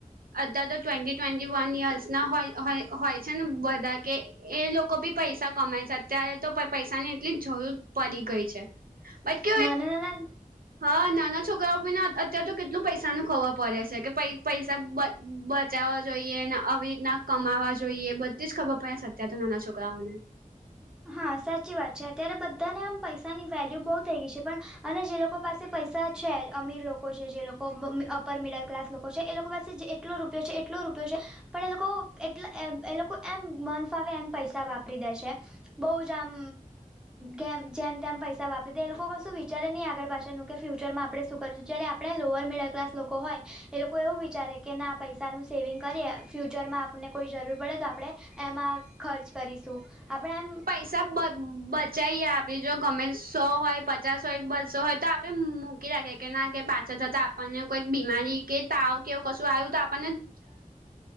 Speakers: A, on the right; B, in the centre.
A: અા તો ટ્વેન્ટી ટ્વેન્ટી વન યર્સ ના હોય હોય છે ને બધા કે. એ લોકો બી પૈસા કમાય છે અત્યારે તો પૈસા ની એટલી જરૂર પડી ગઈ છે. મત કે.
B: ના ના ના ના.
A: હા નાના છોકરાઓને અત્ય્યારે તો કેટલું પૈસા ન ખવાર પડે છે કે પ પૈસા. બચાવવા જોઈએ ને આવી રીતના કમાવવા જોઈએ બધી જ ખબર પડે અત્યાર તો નાના છોકરાઓને.
B: હા સાચી વાત છે અત્યારે બધાને આમ પૈસા ની વેલ્યુ બહુ થઈ ગઈ છે પણ. અને જે લોકો પાસે પૈસા છે અમીર લોકો છે જે લોકો અપર મિડલ ક્લાસ લોકો છે એ લોકો પાસે જે. ટ રૂપયો એટલો રૂ. છે પણ એ લોકો એટ એ લોકો એમ મન ફાવે એમ પૈસા વાપરી દે છે. બહુ જ આમ જેમ જેમ તેમ પૈસા વાપરે એ લોકો કશું વિચારે નહી આગળ પાછાનું. કે ફ્યુચરમાં આપણે શું કરીશું જયારે આપણે લોઅર મિડલ ક્લાસ લોકો હોય એ લોકો એવું વિચારે કે ના આ પૈસાનું. સેવિંગ કરીએ ફ્યુચરમાં આપણને કોઈ જરૂર પડે તો આપણે. એમાં ખર્ચ કરીશું આપણે એમ.
A: સબ બ. બચીએ આપે જો ગમે સો હોય પચાસ હોય બસો હોય તો આપડે મૂકી રાખીએ. કે ના કે પાછા જતાં આપણને કોઈક બીમારી કે. તાવ કેવું કશું આવ્યું તો આપણનેવાની